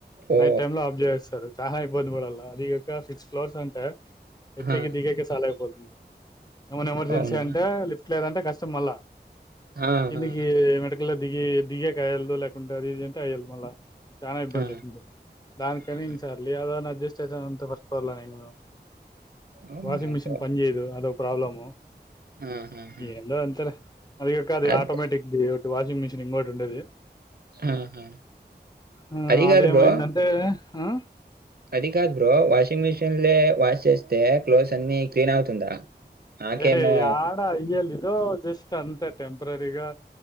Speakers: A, on the right (about 60°); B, on the left (about 20°).
A: ఓ
B: నైట్ టైమ్ లో ఆఫ్ చేసేస్తారు చాలా ఇబ్బందిబడాలా అదికాక సిక్స్ క్లోజ్ అంట ఎక్కేకి
A: ఆ,
B: దిగేకే సాలుఅయిపోద్ది ఏమైనా ఎమర్జెన్సి
A: అవునా
B: అంటె లిఫ్ట్ లేదు అంటే కష్టం మల్లా
A: ఆ,
B: కిందికి
A: ఆ, ఆ,
B: మెటికల్ దిగి దిగేకి అయల్దిలేదు అది ఇది అంటే అయ్యేల్దుదు మల చాన ఇబ్బంది
A: ఆ,
B: అఇతుంది దానికని
A: ఆ.
B: సర్లే యదో అని అడ్జస్ట్ ఛీ దానంత వరస్ట్ పర్లను <unintelligible>
A: అవునా
B: వాషింగ్ మిషన్
A: బ్రో
B: పని చేయదు అదొ ప్రాబ్లము
A: ఆ, ఆ, ఆ.
B: ఎందో అంతే లే ఆది కాక అది
A: అద్-
B: ఆటోమేటిక్ ది ఒకటి వాషింగ్ మిషన్ ఇంకోటి ఉండేది
A: ఆ, ఆ.
B: హ్మ్
A: అది
B: అదేమైంది
A: కాదు బ్రో
B: అంటే ఆ
A: అది కాదు బ్రో వాషింగ్ మిషిన్లే వాష్ చేస్తే క్లవ్స్ అన్ని క్లీన్ అవుతుందా నాకేమో
B: రెయ్ యాడా ఐఎలిది ఎదో జస్ట్ అంతే టెంప్రరిగా